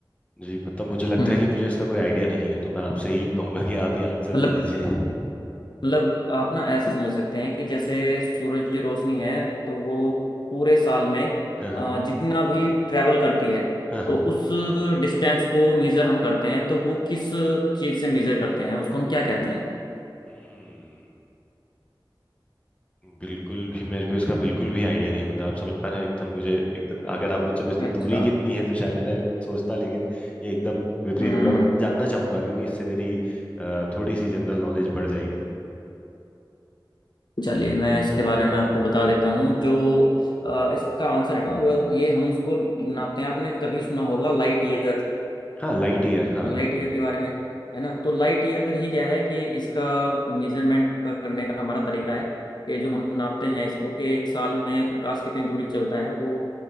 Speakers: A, on the left; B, on the left.
A: जी मतलब मुझे लगता
B: हम्म
A: है कि मुझे इसका कोई आइडिया नहीं है तो मैं आपसे ही कहूंगा कि आप ही आंसर
B: मतलब
A: दे दीजिए
B: मतलब आप ना ऐसे समझ सकते हैं कि जैसे सूरज की रोशनी है तो वो पूरे साल में
A: हाँ हाँ
B: अ, जितना भी ट्रैवल करती है
A: हाँ हाँ
B: तो उस डिस्टेंस को मेजर हम करते हैं तो वो किस चीज़ से मेजर करते हैं उसको हम क्या कहते हैं
A: हम्म बिल्कुल भी मेरे को इसका बिल्कुल भी आइडिया नहीं है मतलब आप समझ पा रहे हैं एकदम मुझे एकदम अगर आप मुझसे पूछते
B: अच्छा
A: दूरी कितनी है तो शायद मैं कुछ सोचता लेकिन ये एकदम विपरीत
B: हम्म
A: हो गया बट जानना चाहूंगा क्योंकि इससे मेरी अ, थोड़ी सी जनरल नॉलेज बढ़ जाएगी
B: चलिए मैं इसके बारे में आपको बता देता हूँ जो अ, इसका आंसर है ना वो ये हम उसको नापते हैं आपने कभी सुना होगा लाइट ईयर
A: हाँ लाइट ईयर हाँ
B: लाइट ईयर के बारे में है ना तो लाइट ईयर ही क्या है कि इसका मेजरमेंट का करने का हमारा तरीका है कि जो हम नापते हैं इसको कि एक साल में प्रकाश कितनी दूरी चलता है वो